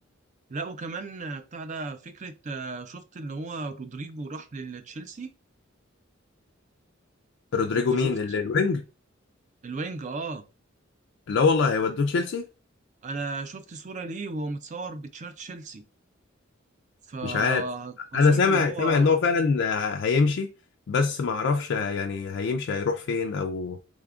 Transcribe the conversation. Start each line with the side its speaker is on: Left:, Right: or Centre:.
Right: لا وكمان آه، بتاع ده فكرة آه، شفت اللي هو رودريجو راح لتشيلسي
Left: رودريجو
Right: كنت
Left: مين
Right: شفت
Left: اللي الوينج
Right: الوينج اه
Left: لا والله هيودوه تشيلسي
Right: انا شفت صورة ليه وهو متصور بتشيرت تشيلسي فأظن
Left: مش عارف انا سامع
Right: ان هو
Left: سامع ان هو فعلا آه، هيمشي بس ما اعرفش آه، يعني هيمشي هيروح فين او